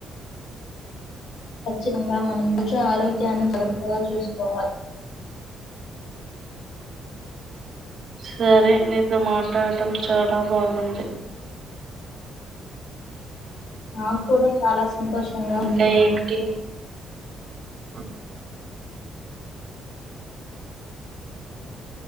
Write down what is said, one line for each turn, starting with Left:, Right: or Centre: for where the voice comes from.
Left: ఖచ్చితంగా మనం రోజు ఆరోగ్యాన్ని జాగ్రత్తగా చూసుకోవాలి
Right: సరే నీతో మాట్లడటం చాలా బాగుంది
Left: నాక్కూడా చాలా సంతోషంగా
Right: ఇంకా
Left: ఉంది.
Right: ఏమిటి బ